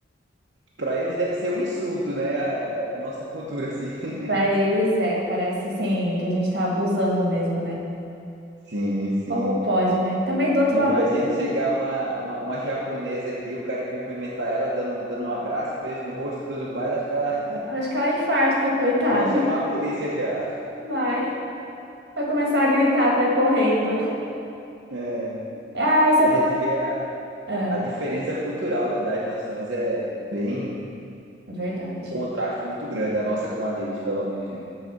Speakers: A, on the right; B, on the right.
A: Pra eles deve ser um insulto, né? A, é, a nossa cultura, assim. <laughs>
B: para eles é, parece sim que a gente tá abusando mesmo, né?
A: Sim, sim.
B: Como pode, né? Também do outro
A: Eu
B: lado
A: Imagino
B: do mundo,
A: chegar uma, uma, uma japonesa aqui, o cara ir cumprimentar ela, dando, dando um abraço, beijo no rosto e tudo mais, acho que ela
B: acho que ela infarta, coitada.
A: vai chamar
B: <laughs>
A: a polícia já.
B: Vai, vai começar a gritar, sai correndo.
A: É,
B: Ah, e você
A: A
B: falou.
A: gente vê a.
B: É,
A: a diferença cultural, né, das nações é bem
B: é verdade.
A: um contraste muito grande, a nossa com a deles, pelo menos, né?